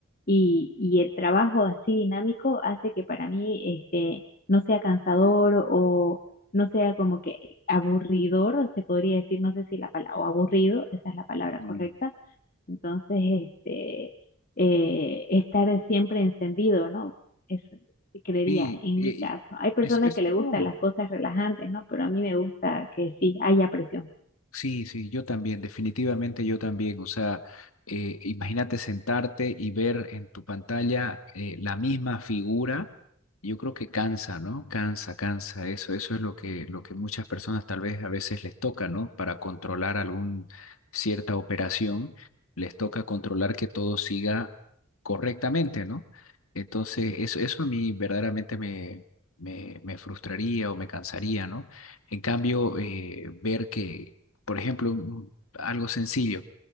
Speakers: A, on the left; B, on the left.
A: Y, y el trabajo así dinámico hace que para mí este, no sea cansador o no sea como que aburridor, se podría decir, no sé si la palabra, o aburrido, esa es la palabra correcta.
B: Mm.
A: Entonces, este, eh, estar siempre encendido, ¿no? Eso creería
B: Y,
A: en
B: y-
A: mi caso.
B: y
A: Hay personas
B: es, es-
A: que le
B: no,
A: gustan las cosas relajantes, ¿no? Pero a mí me gusta que sí haya presión.
B: Sí, sí, yo también, definitivamente yo también. O sea, eh, imagínate sentarte y ver en tu pantalla eh, la misma figura. Yo creo que cansa, ¿no? Cansa, cansa. Eso, eso es lo que, lo que muchas personas tal vez a veces les toca, ¿no? Para controlar algún cierta operación, les toca controlar que todo siga correctamente, ¿no? Entonces, eso, eso a mí verdaderamente me, me, me frustraría o me cansaría, ¿no? En cambio, eh, ver que por ejemplo, un- algo sencillo,